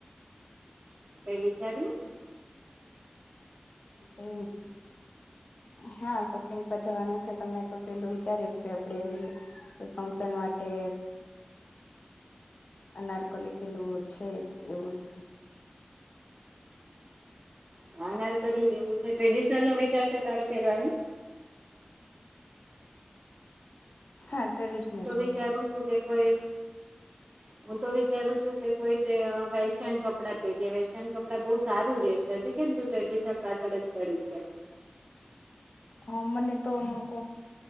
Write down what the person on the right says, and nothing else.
કઈ વિચારી્યું
ચા નાર કરી લેવું છે ટ્રેડિશનલ નો વિચાર છે તારે ફેરવાનો
હું તો
વિચારું છું કે કોઈ હું તો વિચારું છું કે કોઈક વેસ્ટર્ન કપડાં પેરીએ વેસ ટીસન તો એમ કપડાં બહુ સારું રે છે હજી કેમ તું ટ્રેડિશનલ પાછળ જ પડી છે?